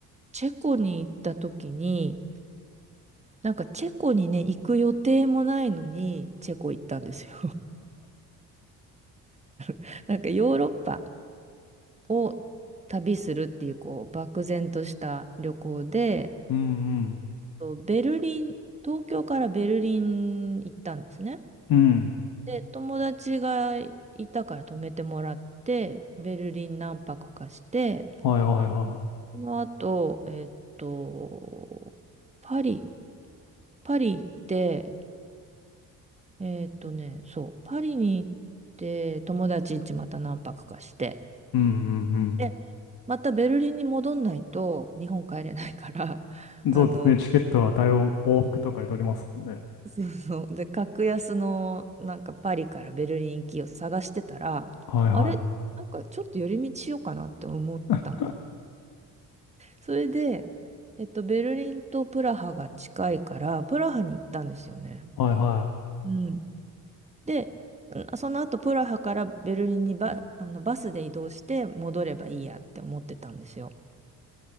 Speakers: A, on the right (about 15°); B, on the left (about 65°).
A: チェコに行った時に、なんかチェコにね、行く予定もないのに、チェコ行ったんですよ。<laughs> なんかヨーロッパを旅するっていう、こう、漠然とした旅行で、
B: うん
A: とベルリン、東京からベルリン行ったんですね。
B: うん。うん。
A: で、友達がいたから泊めてもらって、ベルリン何泊かして、
B: はいはいは
A: その後、えっと、パリ、パリ行って、えーっとね、そう、パリに行って、友達んちまた何泊かして、
B: い。うんうん
A: で、またベルリンに戻んないと日本帰れないから、<laughs>
B: うん。
A: あの、
B: そうですね、チケットは対応、往復とかで取りますもんね。
A: そうそう、で、格安のなんかパリからベルリン行きを探してたら、
B: はいはい
A: あれ、なんかちょっと寄り道しようかなって思ったんで、
B: <laughs>
A: それで、えっと、ベルリンとプラハが近いから、プラハに行ったんですよね。
B: はいは
A: うん。で、その後プラハからベルリンにバ、あのバスで移動して戻ればいいやって思ってたんですよ。